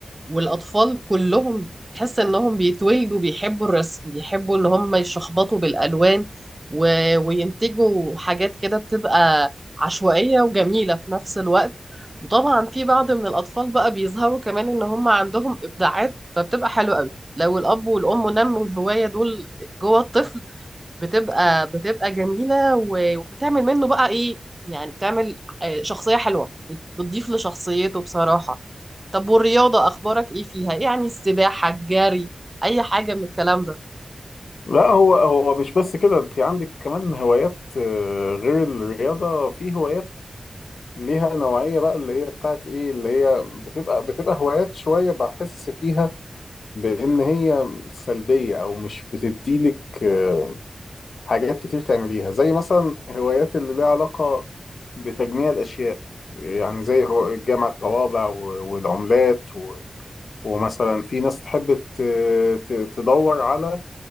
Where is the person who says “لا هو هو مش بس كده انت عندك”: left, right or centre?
Left